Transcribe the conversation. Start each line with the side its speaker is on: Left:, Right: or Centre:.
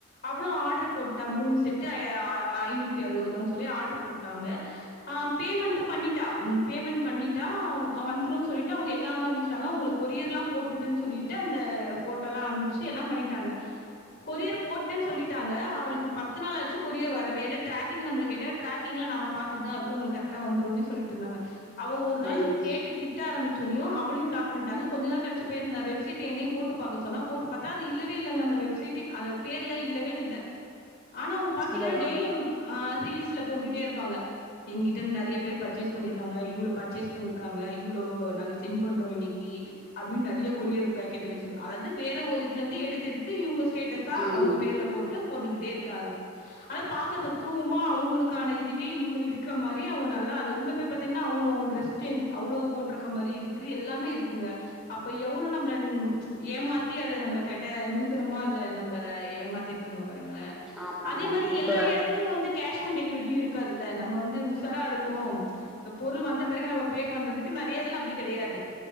Left: அவ்வளு ஆர்டர் போட்டா மூணு செட்டு ஆ ஐநூத்தி அறுபது ரூவான்னு சொல்லி ஆர்டர் போட்டாங்க ஆ பேமெண்டு பண்ணிட்டா ம் பேமெண்ட் பண்ணிட்டா வந்துருன் சொல்லிட்டு அவங்க எல்லாமே சொல்லிட்டாங்க அவுங்களுக்கு கொரியர்ல்லா போட்டுட்டுன்னு சொல்லிட்டு அந்த ஃபோட்டோ எல்லா அமச்சு எல்லா பண்ணிட்டாங்க கொரியர் போட்டேன்னு சொல்லிட்டாங்க அவளுக்கு பத்து நாளாச்சு கொரியர் வரவே இல்ல டிராக்கிங் நம்ப கேட்டே ட்ராக்கிங்ல நாங்க பாத்துட்டுதாருக்கோ உங்களுக் கரெக்டா வந்துருன்னே சொல்லிட்டுருந்தாங்க அவ ஒரு நாள்
Centre: ஐயயோ
Left: கேட்டு திட்ட ஆரம்பச்சோன்னையு அவளையு பிளாக் பண்ணிட்டாங்க கொஞ்ச நாள் கழிச்சி பே‌ பண்ண வெப் சைட்டே என்னையு போட்டு பாக்க சொன்னா போட்டு பாத்தா அது இல்லவே இல்லங்க அந்த வெப்சைட்டு அந்த பேர்ல இல்லவே இல்ல ஆனா அவங்க பாத்தீங்கன்னா
Centre: அதா
Left: டெய்லியு ஆ ரீல்ஸ்ல போட்டுட்டே இருப்பாங்க எங்கிட்ட நறைய பேர் பர்ச்சேஸ் பண்ணியிருக்காங்க இவ்ளோ பர்ச்சேஸ் பண்ணியிருக்காங்க இவ்ளோ நாங்க சென்ட் பண்றோ இன்னைக்கி அப்டின்னு நறைய கொரியர் பேக்கெட் வச்சிரு அதாவது வேற ஒரு இதுலருந்து எடுத்து எடுத்து இவங்க ஸ்டேட்டஸா
Centre: ம்
Left: அவங்க பேர்ல போட் ட்டு போட்டுக்கிட்டே இருக்காங்க ஆனா பார்க்க தத்துருவமா அவங்களுக்கான இதுவே இவ்ளோ இருக்கற மாரி அவங்க நல்லா அத உள்ள போய் பாத்தீங்கன்னா அவங்க அவங்க டிரஸ் ஸ்டேம் அவ்ளோ போட்ருக்க மாரி இருக்கு எல்லாமே இருக்குங்க அப்போ எவ்ளோ நம்மள ம் ஏமாத்தி அத நம்ம கட்ட நூதனமா அத நம்ம ஏமாத்திருக்காங்க பாருங்கள
Centre: ஆமா
Left: அதே
Centre: ஆமா
Left: மாதிரி
Centre: இப்ப
Left: எல்லா எடத்துலையு வந்து கேஷ் ஆன் டெலிவரியு இருக்காதுல்ல நம்ம வந்து உசாரா இருக்கணு பொருள் வந்த பெறகு நம்ம பே பண்றதுக்கு நறைய இதுலா அப்படி கடையாது